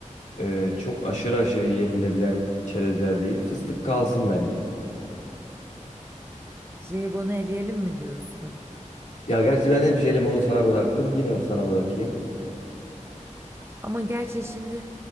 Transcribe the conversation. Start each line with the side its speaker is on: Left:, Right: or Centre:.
Left: e, çok aşırı aşırı yenilebilen çerezler değil. Fıstık kalsın bence.
Right: Jelibonu eleyelim mi diyorsun?
Left: Ya gerçi ben hep jelibonu sana bıraktım. Yine sana bırakayım.
Right: Ama gerçi şimdi